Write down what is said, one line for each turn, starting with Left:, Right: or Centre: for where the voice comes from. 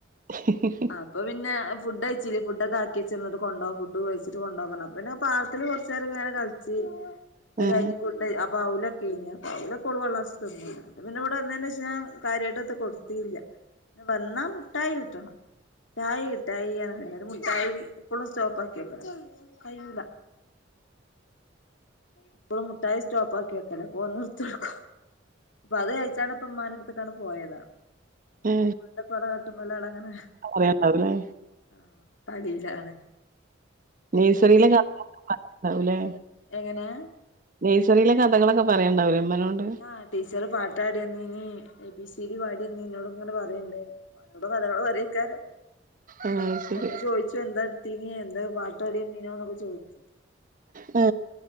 Right: ആഹ്
Left: അപ്പൊ പിന്നെ ഫുഡയ്ച്ചില്ലേ ഫുഡോക്കാ കിച്ച് ന്ന് ട്ട് കൊണ്ടാവാ ഫുഡ് വേട്ച്ച്ട്ട് കൊണ്ടവാർഞ്ഞ് പ്പോ പിന്നെ പാർക്കിൽ കൊർച്ചേരംങ്ങന കൾച്ച് അത്
Right: ഏഹ്
Left: കയ്ഞ് ഫുഡ് അപ്പൊ ഔലൊക്കേനി അപ്പൊ ഔലൊക്കോള് പള്ളർച്ച് തിന്ന് അപ്പൊ പിന്നെ ഇവ്ടെ വന്നേന്റെഷം കാര്യായ്ട്ടൊത്തും കൊട്ത്തില്ല പിന്നേ വന്നാ മുട്ടായി കിട്ടണം ട്ടായിട്ടായി മുട്ടായി പ്പളും സ്റ്റോപ്പാക്കി വെക്കലാ കയ്യൂല എപ്പളും മുട്ടായി സ്റ്റോപ്പാക്കി വെക്കലാ പോ ഒന്ന്ട്ത്തൊട്ക്കും പ്പൊ അത് കയ്ച്ചാണ്ട് ഇപ്പ മ്മാന്റെട്ത്ത്ക്കണ്ട് പോയതാ <unintelligible>
Right: ഏഹ്
Left: കട്ടുമല്ലടങ്ങനെ
Right: പറയാണ്ടാവൂലേ
Left: ആ കളീലാണ്
Right: നേഴ്സറിലെ <inaudible> ണ്ടാവൂലെ
Left: എങ്ങനെ
Right: നേഴ്സറിലെ കഥകളൊക്കെ പറയണ്ടാവൂലെ മ്മനോണ്ട്
Left: ആ ടീച്ചർ പാട്ടാടിയെന്നീനി എ ബി സി ഡി പാടിയന്നീനി ന്നോട് ഇങ്ങനെ പറിണ്ട് ഓനോട്‌ കഥകള് പറയേക്കാരം
Right: ആഹ് ശരി
Left: മ്മമ്മ ചോയ്ച്ചു എന്താ ട്ത്തീനീ എന്താ പാട്ട് പാടിയെന്നിനോക്കെ ചോയ്ച്ചു
Right: ആ